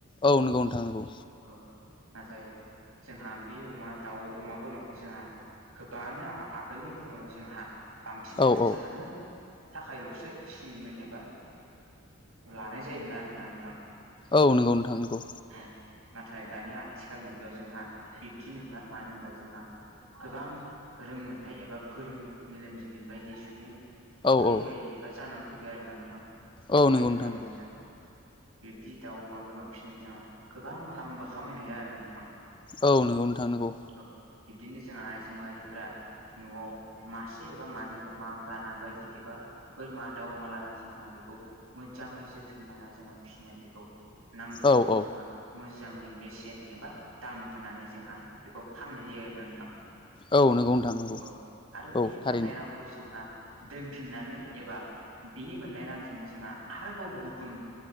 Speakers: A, on the left; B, on the right.
A: औ नंगौ नोंथां नंगौ।
B: औ नाथाय जोंहा बे अमा, दाउ, अमा, बोरमाखौ जोंहा गोबाङानो आ-आगोलनि दिनाव जोंहा बांसिनानो
A: औ औ
B: जानो थाखायल'सो फिसियोमोन एबा लानाय जायोमोन आरोना नोंथां।
A: औ नोंगौ नोंथां नोंगौ।
B: औ नाथाय दानि आथिखाल मुगायाव जोंहा बिब्दि नंला मानो होनबा जोंहा गोबां रोंमोनथाय एबा गोरों मेलेमजिबि बायदि सुबुं
A: औ
B: फैबाय
A: औ
B: एबा जानानै फैबाय आरो ना नोंथां।
A: औ नंगौ
B: जायनि
A: नोंथां
B: जाहोननो
A: नंगौ
B: जोंहा बिब्दि दाउ अमा बोरमा फिसिनाय जोंहा गोबां रांबो खामायनो हाया आरो नोंथां।
A: औ नोंगौ नोंथां नोंगौ।
B: औ बिब्दिनो जोंहा आइजो माहारिफोरा न'आव मा से एबा मानो अमा लाना बायदि एबा बोरमा, दाउ, अमा लाना जोंहा बेखौ मोजाङै जोथोन लाना जोंहा फिनाय बेखौ नांगो
A: औ
B: समाव
A: औ
B: जोंहा मोजाङै बेसेन एबा दाम होनानै जोंहा बेखौ फाननाय जायो आरोना नोंथां।
A: औ नंगौ नोंथां नंगौ
B: औ आरो
A: औ
B: बे
A: थारैनो
B: फाननाय रांखौ जोंहा दोनफिननानै एबा बे मोननाय रांजोंनो जोंहा आरोबाव गुबुन